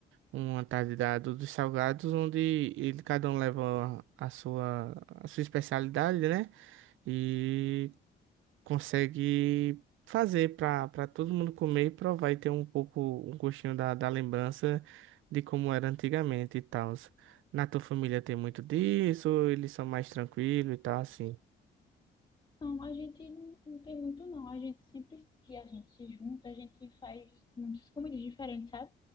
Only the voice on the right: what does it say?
uma tarde da, do- dos salgados, onde ele, cada um leva a sua, a sua especialidade, né? E consegue fazer para para todo mundo comer e provar e ter um pouco, um gostinho da, da lembrança de como era antigamente e tal. Na tua família tem muito disso, eles são mais tranquilos e tal, assim.